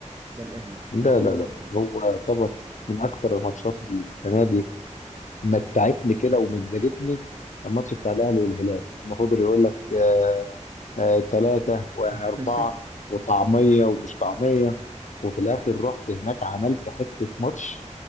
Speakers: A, on the right (about 30°); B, on the left (about 75°).
A: ده الاهلي
B: لا
A: معودنا
B: لا لا
A: على كده
B: هو طبعا من اكتر الماتشات اللي السنه دي متعتني كده ومزجتني الماتش بتاع الاهلي والهلال لما فضل يقول لك آه آه ثلاثه واربعه
A: <laughs>
B: وطعميه ومش طعميه وفي الاخر رحت هناك عملت حته ماتش